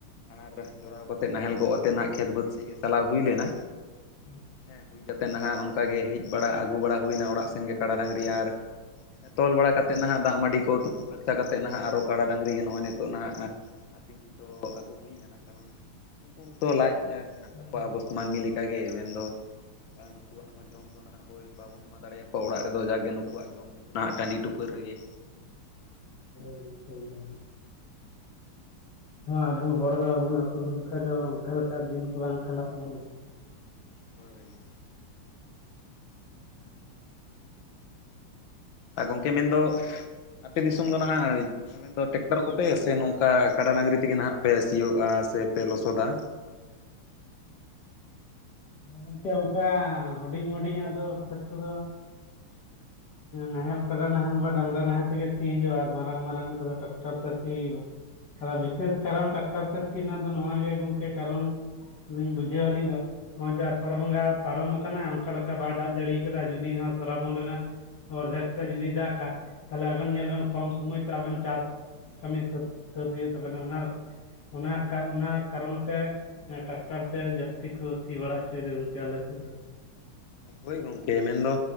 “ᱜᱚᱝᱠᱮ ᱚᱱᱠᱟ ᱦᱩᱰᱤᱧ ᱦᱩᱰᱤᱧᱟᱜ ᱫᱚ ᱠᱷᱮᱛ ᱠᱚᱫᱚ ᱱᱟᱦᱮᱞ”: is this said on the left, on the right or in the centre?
Left